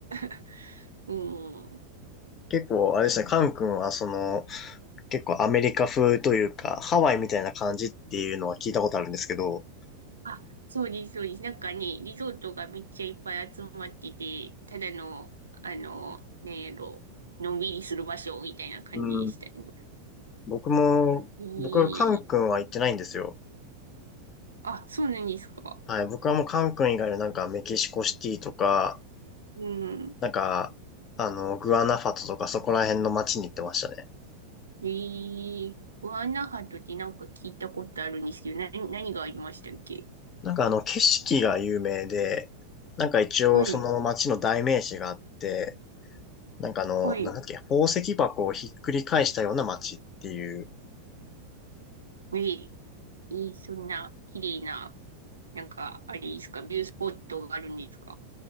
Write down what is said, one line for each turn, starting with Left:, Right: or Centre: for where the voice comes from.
Right: <laughs> うん。
Left: 結構、あれですね、カン君はその、結構アメリカ風というか、ハワイみたいな感じっていうのは聞いたことあるんですけど、
Right: あ、そうです、そうです。なんかね、リゾートがめっちゃいっぱい集まってて、ただの、あの、なんやろ、のんびりする場所みたいな感じでしたね。
Left: うん、僕も、
Right: えー、
Left: 僕、カン君は行ってないんですよ。
Right: あ、そうなんですか。
Left: はい、僕はもうカン君以外のなんかメキシコシティとか、
Right: うん。
Left: なんか、あの、グアナファトとかそこら辺の街に行ってましたね。
Right: えー、グアナハトってなんか聞いたことあるんですけど、な、何がありましたっけ
Left: なんかあの、景色が有名で、なんか一応その街の代名詞があって、
Right: はい、
Left: なんかあの、
Right: はい。
Left: なんだっけ、宝石箱をひっくり返したような街っていう、
Right: えー、えーそんな綺麗な、なんか、あれですか、ビュースポットがあるんですか